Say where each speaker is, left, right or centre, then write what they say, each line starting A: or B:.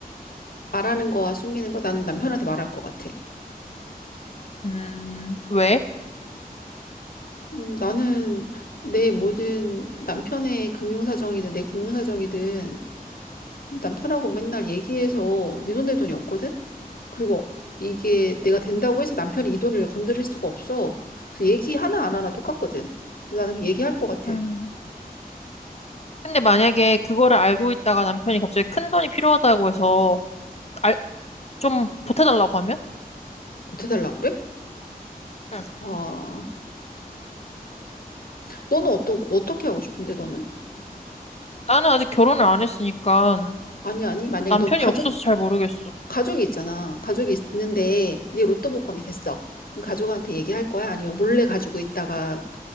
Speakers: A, on the left; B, on the left.
A: 말하는 거와 숨기는 거, 난 남편한테 말할 것 같아.
B: 음, 왜?
A: 음, 나는 내 모든 남편의 금융사정이든 내 금융사정이든 남편하고 맨날 얘기해서 네 돈 내 돈이 없거든? 그리고 이게 내가 된다고 해서 남편이 이 돈을 건드릴 수가 없어. 그래서 얘기 하나 안 하나 똑같거든. 그래서 나는 그 얘기할 것 같아.
B: 음. 근데 만약에 그거를 알고 있다가 남편이 갑자기 큰 돈이 필요하다고 해서 알, 좀 보태달라고 하면?
A: 못해달라고 그래?
B: 응.
A: 아, 너는 어떠, 어떻게 하고 싶은데 너는?
B: 나는 아직 결혼을 안 했으니까
A: 아니, 아니, 만약에
B: 남편이
A: 너 가족,
B: 없어서 잘 모르겠어.
A: 가족이 있잖아. 가족이 있는데 네 로또 복권이 됐어. 그럼 가족한테 얘기할 거야? 아니면 몰래 가지고 있다가